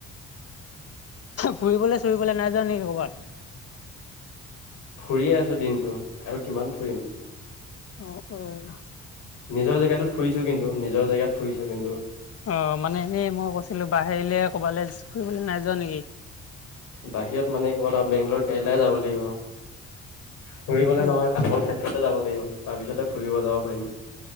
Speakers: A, on the left (about 50°); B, on the left (about 85°).
A: ফুৰিবলে-চুৰিবলে নাই যোৱা নেকি ক'ৰবাত?
B: ফুৰিয়ে আছোঁ দিনটো আৰু কিমান ফুৰিম।
A: অ', অ'
B: নিজৰ জেগাতোত ফুৰিছো কিন্তু নিজৰ জেগাত ফুৰিছো কিন্তু।
A: অ' মানে এই মই কৈছিলো বাহিৰলে ক'বালে ফুৰিবলে নাই যোৱা নেকি?
B: বাহিৰত মানে কত আও বেংগলোৰ কেৰেলাই যাব লাগিব ফুৰিবলে
A: অঁ
B: নহয় কামৰ ক্ষেত্ৰত। পিতে যাব লাগিব তাৰ পিছতে ফুৰিব যাব পাৰিম।